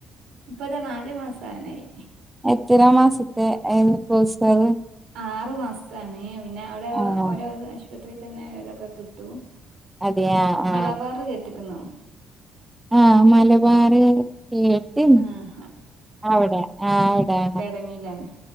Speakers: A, on the right; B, in the centre.
A: ഇപ്പത നാല് മാസാനയ്
B: എത്രെ മാസത്തെ ഏഹ് കോഴ്സാത്
A: ആറ് മാസ്ത്താണ് പിന്നെ അവ്ടെ
B: ആഹ്
A: ഓരോ ആശ്പത്രീ തെന്നെ ലൊക്കെ കിട്ടു
B: അതെയ ആഹ്
A: മലബാർ കേറ്റ്ക്ക്ണോ?
B: ആഹ് മലബാർ കേട്ട്ണ്
A: ആഹ്
B: അവ്ടെ ആഹ് അവ്ടെയാണ്
A: <unintelligible> മിലാണ്